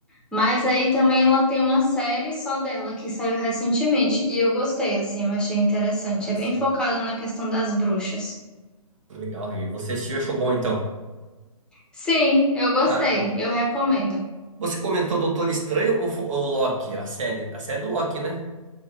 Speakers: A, in the centre; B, on the right.
A: mas aí também ela tem uma série só dela, que saiu recentemente. E eu gostei, assim, eu achei interessante.
B: Massa,
A: É bem focado na questão das bruxas.
B: legal. E você assistiu, e achou bom, então?
A: Sim, eu gostei.
B: Ah.
A: Eu recomendo.
B: Você comentou Doutor Estranho ou, fo- ou Loki? A série, a série do Loki, né?